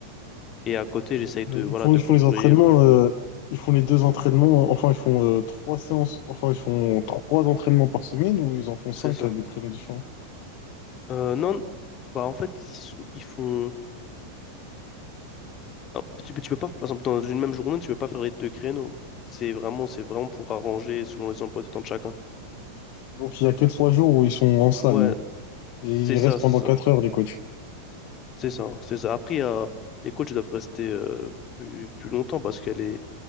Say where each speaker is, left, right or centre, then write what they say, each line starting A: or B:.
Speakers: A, on the left (about 30°); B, on the left (about 45°).
A: Et à côté,
B: Bon,
A: j'essaye de,
B: euh,
A: voilà,
B: ils font,
A: de
B: ils
A: courir.
B: font les entraînements, euh, ils font les deux entraînements, euh, enfin ils font euh, trois séances, enfin ils font trois entraînements par semaine ou ils en font
A: C'est
B: cinq
A: ça.
B: à des créneaux différents.
A: Euh, non, bah en fait, ils, s- ils font. Non, tu, peux- tu peux pas, par exemple, dans une même journée, tu peux pas faire les deux créneaux. C'est vraiment, c'est vraiment pour arranger selon les emplois du temps de chacun.
B: Donc il y a que trois jours où ils sont en salle
A: Ouais,
B: et
A: c'est
B: ils
A: ça,
B: restent
A: c'est
B: pendant
A: ça,
B: quatre heures les coachs.
A: c'est ça, c'est ça. Après, il y a- les coachs doivent rester euh, plus, plus longtemps parce qu'il y a les,